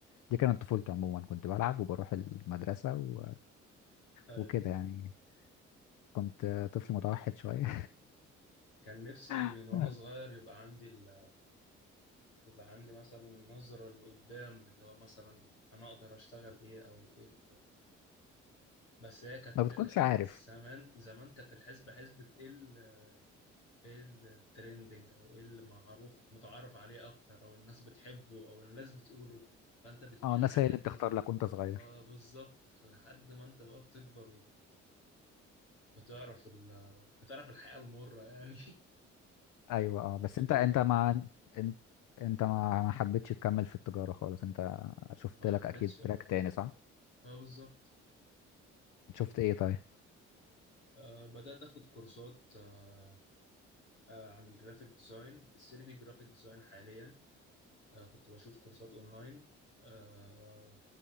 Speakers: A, on the left; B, on the left.
A: دي كانت طفولتي عموما كنت بلعب وبروح المدرسه و...
B: ايوه
A: وكده يعني كنت آه، طفل متوحد شويه
B: كان نفسي
A: <laughs>
B: من وانا صغير يبقى عندي ال يبقى عندي مثلا نظرة لقدام اللي هو مثلا أنا أقدر أشتغل إيه أو إيه ال... بس هي كانت
A: ما بتكونش
B: ال...
A: عارف
B: زمان زمان كانت الحسبة حسبة إيه ال... إيه الترندنج أو إيه المعروف متعارف عليه أكتر أو الناس بتحبه أو الناس بتقوله فأنت بتميل
A: اه الناس
B: للحاجات
A: هي اللي
B: دي
A: بتختار لك وانت صغير
B: آه بالظبط لحد ما أنت بقى بتكبر وبت... بتعرف ال... بتعرف الحقيقة المرة يعني <laughs>
A: ايوه
B: فبتندم
A: اه بس انت انت ما
B: يعني
A: انت انت ما ما حبيتش تكمل في التجاره خالص انت شفت
B: ما حبيتش
A: لك اكيد تراك تاني صح
B: اه بالظبط
A: شفت ايه طيب
B: آه، بدأت أخد كورسات آه، آه، عن الجرافيك ديزاين ال 3D جرافيك ديزاين حاليا آه، كنت بشوف كورسات أونلاين آه،